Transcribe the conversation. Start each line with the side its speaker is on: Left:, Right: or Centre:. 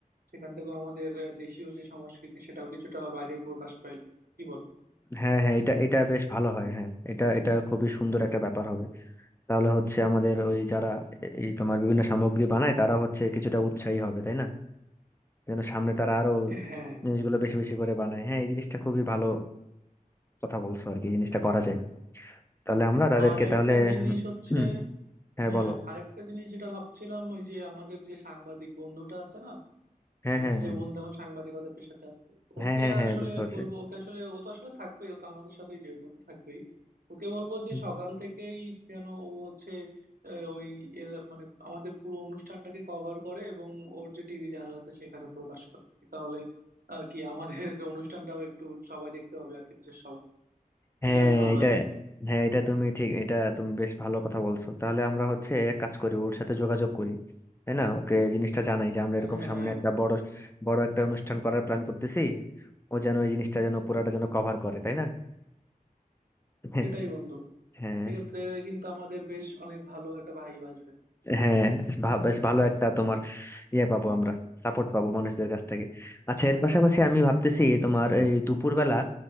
Right: সেখান থেকেও আমাদের আহ, দেশীয় যে সংস্কৃতি সেটাও কিছুটা বাইরে প্রকাশ পাইলো কি বলো
Left: হ্যাঁ হ্যাঁ এটা এটা বেশ ভালো হয় হ্যাঁ এটা এটা খুবই সুন্দর একটা ব্যাপার হবে তাহলে হচ্ছে আমাদের ওই যারা এই তোমার বিভিন্ন সামগ্রী বানায় তারা হচ্ছে কিছুটা উৎসাহী হবে তাই না যেন সামনে তারা আরো
Right: হ্যাঁ
Left: জিনিসগুলো বেশি বেশি করে বানায় হ্যাঁ এই জিনিসটা খুবই ভালো কথা বলছো আর কি জিনিসটা করা যায় তাহলে আমরা তাদেরকে
Right: আর একটা
Left: তাহলে
Right: জিনিস হচ্ছে
Left: হুম হ্যাঁ
Right: হ্যাঁ
Left: বলো
Right: আরেকটা জিনিস যেটা ভাবছিলাম ওই যে আমাদের যে সাংবাদিক বন্ধুটা আছে না
Left: হ্যাঁ
Right: আমাদের
Left: হ্যাঁ হ্যাঁ
Right: যে বন্ধু এখন সাংবাদিকতার পেশাতে আছে
Left: হ্যাঁ
Right: ওকে
Left: হ্যাঁ হ্যাঁ
Right: আসলে
Left: বুঝতে পারছি
Right: বলবো ওকে আসলে ও তো আসলে থাকবেই ও তো আমাদের সাথেই যেহেতু ও তো থাকবেই ওকে বলবো যে
Left: হুম,
Right: সকাল থেকেই যেন ও হচ্ছে আহ, ওই এলা- মানে আমাদের পুরো অনুষ্ঠানটাকে কভার করে এবং ওর যে টিভি চ্যানেল আছে সেখানে প্রকাশ করে তাহলে আর কি আমাদের <laughs> অনুষ্ঠানটাও একটু সবাই দেখতে হবে আর কি দেশের সবাই
Left: হ্যাঁ
Right: এটা বেশ ভালো
Left: এটা
Right: হয় কিন্তু
Left: হ্যাঁ এটা তুমি ঠিক এটা তুমি বেশ ভালো কথা বলছো তাহলে আমরা হচ্ছে এক কাজ করি ওর সাথে যোগাযোগ করি তাই না ওকে জিনিসটা জানাই যে আমরা
Right: হ্যাঁ
Left: এরকম
Right: হ্যাঁ
Left: সামনে
Right: হ্যাঁ
Left: একটা বড় বড় একটা অনুষ্ঠান করার প্ল্যান করতেছি ও যেন এই জিনিসটা যেন পুরাটা যেন কভার করে তাই না <laughs>
Right: সেটাই বন্ধু
Left: হ্যাঁ
Right: এক্ষেত্রে কিন্তু আমাদের বেশ অনেক ভালো একটা ভাইব আসবে
Left: হ্যাঁ ভা- বেশ ভালো একটা তোমার ইয়ে পাবো আমরা সাপোর্ট পাবো মানুষদের কাছ থেকে আচ্ছা এর পাশাপাশি আমি ভাবতেছি তোমার এই দুপুরবেলা